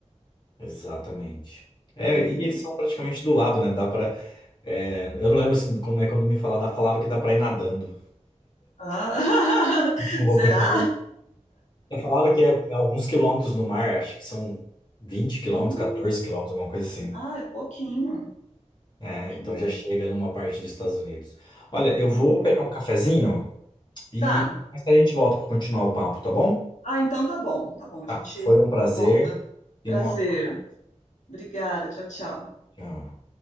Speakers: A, on the left; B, on the left.
A: Exatamente. É,
B: Uhum.
A: e eles são praticamente do lado, né? Dá pra. é, eu não lembro assim, como é quando me falar, falaram que dá pra ir nadando.
B: Ah, <laughs>
A: Como
B: será?
A: vou pensar É falado que é alguns quilômetros no mar, acho que são vinte quilômetros,
B: Hum,
A: 14 quilômetros, alguma coisa assim.
B: ah, é pouquinho,
A: É,
B: pouquinho.
A: então já chega numa parte dos Estados Unidos. Olha, eu vou
B: Uhum.
A: pegar um cafezinho e
B: Tá.
A: mais tarde a gente volta para continuar o papo, tá bom?
B: Ah, então tá bom, tá bom, a
A: Tá,
B: gente
A: foi um prazer
B: volta. Prazer.
A: e uma ótima tarde.
B: Obrigada, tchau, tchau.
A: Tchau.